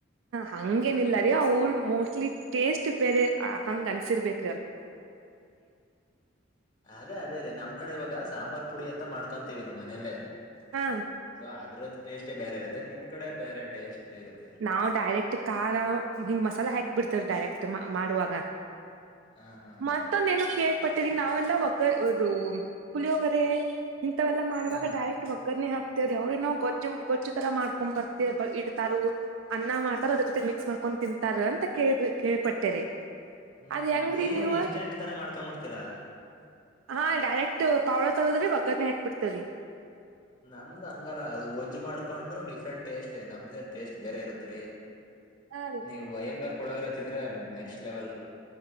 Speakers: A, on the right; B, on the left.
A: ಹಂಗೇನಿಲ್ಲರಿೀಅವರು ಮೋಸ್ಟ್ಲಿ ಟೇಸ್ಟ್. ಬೇರೆ ಹಂಗ್ ಅನ್ಸಿರ್ಬೇಕು.
B: ಅದೇ ಅದೇ ರೀ ನಮ್ ಕಡೆ ಇವಾಗ. ಸಾಂಬಾರ್ ಪುಡಿ ಅಂತ ಮಾಡ್ಕೊಂತೀವಿ ನಮ್ಮ ಮನೆಯಲ್ಲೇ
A: ಹಾ
B: ಸೊ ಅದ್ರದ. ಟೆಸ್ಟ್ ಬೇರೆ ಇರುತ್ತೆ ನಿಮ್ ಕಡೆ ಬೇರೆ ಟೇಸ್ಟ್. ಇರುತ್ತೆ
A: ನಾವು ಡೈರೆಕ್ಟ್ ಖಾರ ಹಿಂಗ್ ಮಸಾಲ ಹಾಕ್ ಬಿಡ್ತವ ಡೈರೆಕ್ಟ್ ಮಾಡುವಾಗ.
B: ಹ ಹಾ ಹಾ
A: ಮತ್ತೊಂದ ಏನು ಕೇಳ್ಪಟ್ಟೀರಿ ನಾವೆಲ್ಲ ಒ. ಗ ಇದು ಪುಳಿಯೋಗರೆ ಇಂಥವೆಲ್ಲ ಮಾಡುವಾಗ
B: ಹ
A: ಡೈರೆಕ್ಟ್ ಒಗ್ಗರಣೆ ಹಾಕ. ತಾರೆ ಅವ್ರ ಏನೋ ಗೊಜ್ಜ ಗೊಜ್ಜ ತರ ಮಾಡಕೊಂಡು ಇಡ್ತರೊ. ಅನ್ನ ಮಾಡ್ತಾರ ಅದ್ರ ಜೊತೆ ಮಿಕ್ಸ್ ಮಾಡ್ಕೊಂಡು ತಿಂತಾರ ಅಂತ ಕೇಳ ಕೇಳ್ಪಟ್ಟೇರಿ.
B: ಹ್ಮ್
A: ಅದ್ ಹೆಂಗ್ರಿ ನೀವು.
B: ಇನ್ಸ್ಟೆಂಟ್ ತರ ಮಾಡ್ಕೊಂಬಿಡ್ತೀರಾ
A: ಹಾ ಡೈರೆಕ್ಟ್ ಪಾವಳ ತರೋದ್ರಿ ಒಗ್ಗರನೆ ಹಾಕ್ಬಬಿಡ್ತವ್ರಿ.
B: ನಮ್ದ್ ಹಂಗಲ್ಲ ಅ ಗೋಜ್ಜ ಮಾಡ್ಕೊಂಡು ಡಿಫ್ರೆಂಟ್ ಟೇಸ್ಟ್ ನಮ್ದೇ. ಟೇಸ್ಟ್ ಬೇರೆ ಇರತ್ರಿ
A: ಹಾ ರೀ
B: ನೀವು ಅಯ್ಯಂಗಾರ್ ಪುಳೋಗ್ರೇ ತಿಂದ್ರೆ ನೆಕ್ಸ್ಟ್ ಲೆವೆಲ್ಲು.